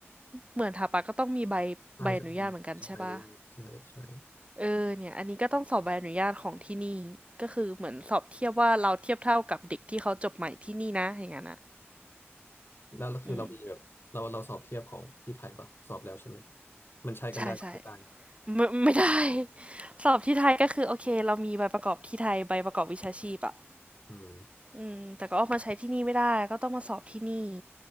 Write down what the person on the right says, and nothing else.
เหมือนถาปะก็ต้องมีใบใบอนุญาตเหมือนกันใช่ปะ
เออเนี่ยอันนี้ก็ต้องสอบใบอนุญาตของที่นี่ก็คือเหมือนสอบเทียบว่าเราเทียบเท่ากับเด็กที่เขาจบใหม่ที่นี่นะอย่างนั้นอ่ะ
อืม
ใช่ใช่ไม่ไม่ได้ <laughs> สอบที่ไทยก็คือโอเคเรามีใบประกอบที่ไทยใบประกอบวิชาชีพอ่ะ
อืมแต่ก็เอามาใช้ที่นี่ไม่ได้ก็ต้องมาสอบที่นี่